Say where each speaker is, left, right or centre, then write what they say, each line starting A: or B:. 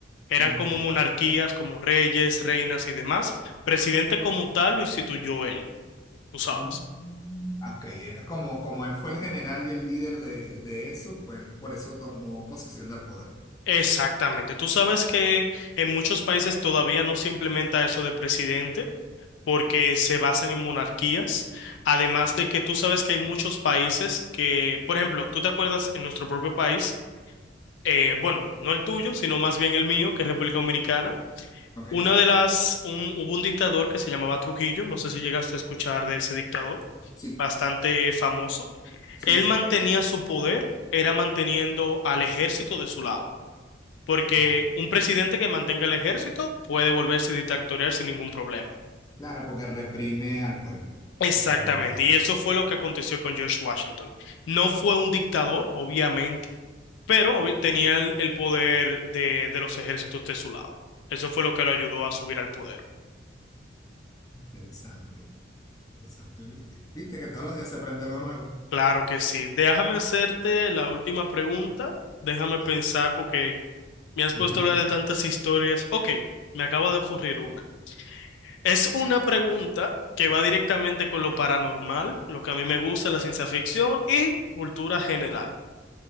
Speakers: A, on the left; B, on the left.
A: Eran
B: ujú.
A: como monarquías, como reyes, reinas y demás. Presidente como tal lo instituyó él, tú sabes.
B: Mm, Ok, era como, como él fue el general y el líder de, de eso, pues por eso tomó posesión del poder.
A: Exactamente. Tú sabes que en muchos países todavía no se implementa eso de presidente. porque se basan en monarquías, además de que tú sabes que hay muchos países que, por ejemplo, tú te acuerdas en nuestro propio país, eh, bueno, no el tuyo, sino más bien el mío, que es República Dominicana.
B: ¿Ok?
A: Una de las, un- hubo un dictador que se llamaba Trujillo, no sé si llegaste a escuchar de ese dictador,
B: Sí,
A: bastante famoso.
B: sí,
A: Él
B: sí,
A: mantenía su poder, era manteniendo al ejército de su lado, porque
B: claro.
A: un presidente que mantenga el ejército puede volverse dictatorial sin ningún problema.
B: Claro, porque reprime al pueblo.
A: Exactamente,
B: Totalmente de acuerdo.
A: y eso fue lo que aconteció con George Washington. No fue un dictador, obviamente, pero obvi- tenía el, el poder de, de los ejércitos de su lado. Eso fue lo que lo ayudó a subir al poder.
B: Interesante, interesante, ¿viste? ¿Viste que todos los días se aprende algo nuevo?
A: Claro que sí. Déjame hacerte la última pregunta. Déjame pensar
B: Ah,
A: porque me has
B: <laughs>
A: puesto a hablar de tantas historias. Ok, me acaba de ocurrir una. Es una pregunta que va directamente con lo paranormal, lo que a mí me gusta, la ciencia ficción y cultura general.